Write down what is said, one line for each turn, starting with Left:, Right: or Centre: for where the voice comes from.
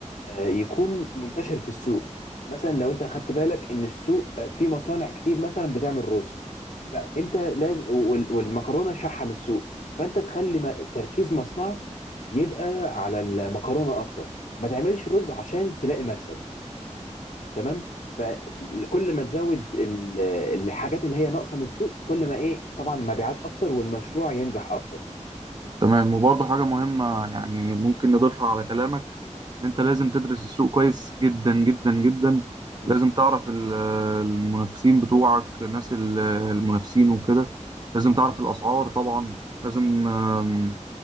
Left: آه، يكون منتشر في السوق مثلا لو انت خدت بالك ان السوق آه، فيه مصانع كتير مثلا بتعمل رز لا انت لازم وال- والمكرونه شحم السوق فانت تخلي م- تركيز مصنعك يبقى على المكرونه اكتر ما تعملش رز عشان تلاقي مكسب تمام فكل ما تزود ال- الحاجات اللي هي ناقصه من السوق كل ما ايه طبعا مبيعات اكتر والمشروع ينجح اكتر
Right: تمام وبرضه حاجة مهمة يعني ممكن نضيفها على كلامك إن أنت لازم تدرس السوق كويس جدا جدا جدا
Left: م-
Right: لازم تعرف ال- آه، المنافسين بتوعك الناس ال- آه، المنافسين وكده لازم تعرف
Left: م.
Right: الأسعار طبعا لازم آم،